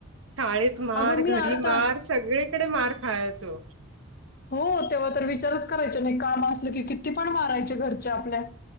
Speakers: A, on the right; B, on the left.
A: शाळेत मार
B: अगं,
A: घरी
B: मी आता
A: मार सगळीकडे मार खायचो.
B: हो तेव्हा तर विचारच करायचे नाही काम असलं की किती पण मारायचे घरच्या आपल्या.